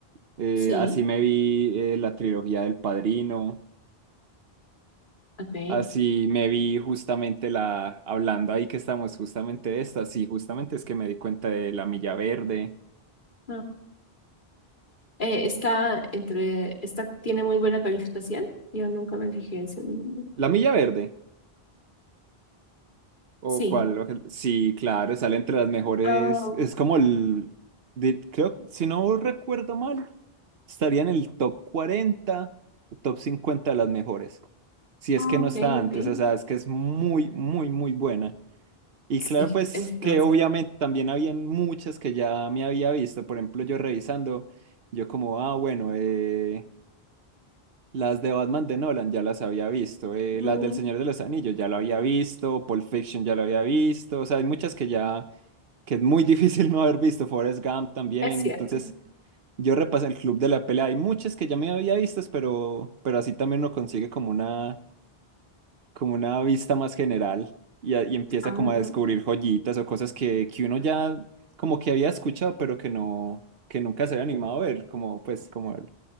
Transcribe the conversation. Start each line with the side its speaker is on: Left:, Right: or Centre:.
Right: Eh,
Left: Sí,
Right: así me vi eh, la trilogía del Padrino,
Left: ok.
Right: así me vi justamente la, hablando ahí que estamos justamente de esta, sí, justamente es que me di cuenta de La Milla Verde.
Left: Ah, Ok, Eh, está entre, está, tiene muy buena calificación. Yo nunca me fijé en ese libro.
Right: La Milla Verde. O
Left: Sí.
Right: cuál, oje- sí, claro, sale entre las mejores.
Left: Ah,
Right: Es como el, de- creo, si no recuerdo mal, estaría en el top 40 top 50 de las mejores. Si es
Left: ah,
Right: que no
Left: ok,
Right: está antes,
Left: ok.
Right: o sea, es que es muy, muy, muy buena. Y
Left: Sí,
Right: claro, pues
Left: es
Right: que
Left: demasiado.
Right: obviamente también habían muchas que ya me había visto. Por ejemplo, yo revisando, yo como, ah, bueno, eh, las de Batman de Nolan ya las había visto, eh,
Left: Mm,
Right: las del Señor de los Anillos ya lo había visto, Pulp Fiction ya lo había visto, o sea, hay muchas que ya, que es muy <laughs> difícil no haber visto, Forrest Gump también,
Left: es cierto.
Right: entonces yo repasé el Club de la Pelea, hay muchas que ya me había visto, pero, pero así también uno consigue como una, como una vista más general y, a- y empieza
Left: Ah,
Right: como a descubrir joyitas o cosas que, que uno ya como que había escuchado, pero que no, que nunca se había animado a ver, como pues como el,